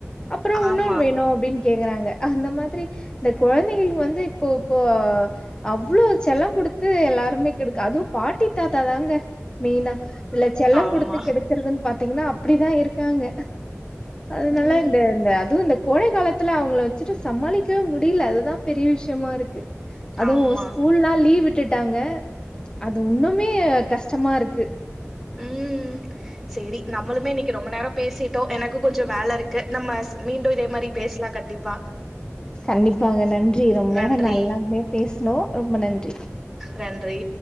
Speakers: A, on the left; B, in the centre.
A: அப்றோ உன்னொன்
B: ஆமா
A: வேணு அப்டின்னு கேக்குறாங்க அந்த மாதிரி இந்த கொழந்தைகளுக் வந்து இப்பொப்போ அவ்ளோ செல்லொ குடுத்து எல்லாருமே கெடுக்கு அதும் பாட்டி தாத்தாதாங்க மெயினா இவ்ல செல்ல
B: ஆமா
A: குடுத்து கெடுக்கறதுன்னு பாத்தீங்கனா அப்டிதா இருக்காங்க அதனால
B: ம்
A: இந்த இந்த அதுவு இந்த கோடை காலத்துல அவுங்கள வச்சுட்டு சமாளிக்கவே முடில அதுதா பெரிய விஷயமா இருக்கு அதுவு
B: ஆமா
A: ஸ்கூல்லா லீவ் விட்டுட்டாங்க அது உண்ணுமே கஷ்டமாருக்கு
B: ம்ம் சரி நம்மளுமே இன்னைக்கு ரொம்ப நேரோ பேசிட்டோ எனக்குகொஞ்ச வேலருக்கு நம்ம ச மீண்டும் இதே மாதிரி பேசலா கண்டிப்பா
A: கண்டிப்பாங்க நன்றி ரொம்ப நேரோ
B: நன்றி
A: நல்லாேவே பேசனோ ரொம்ப நன்றி
B: ரன்றி